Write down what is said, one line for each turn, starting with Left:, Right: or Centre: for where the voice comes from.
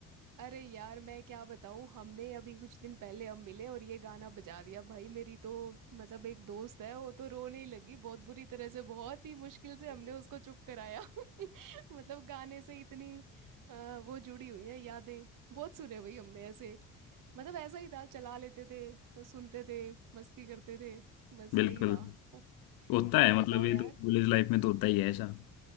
Right: अरे यार मैं क्या बताऊं हमने अभी कुछ दिन पहले हम मिले और ये गाना बजा दिया भाई मेरी तो मतलब एक दोस्त है वो तो रोने ही लगी बहुत बुरी तरह से बहुत ही मुश्किल से हमने उसको चुप कराया <laughs> मतलब गाने से इतनी अ, वो जुड़ी हुई है यादें बहुत सुने भाई हमने ऐसे मतलब ऐसा ही था चला लेते थे सुनते थे मस्ती करते थे बस
Left: बिल्कुल
Right: यही था औ-
Left: होता
Right: और
Left: है
Right: बताओ
Left: मतलब ये
Right: यार
Left: तो कॉलेज लाइफ में तो होता ही है ऐसा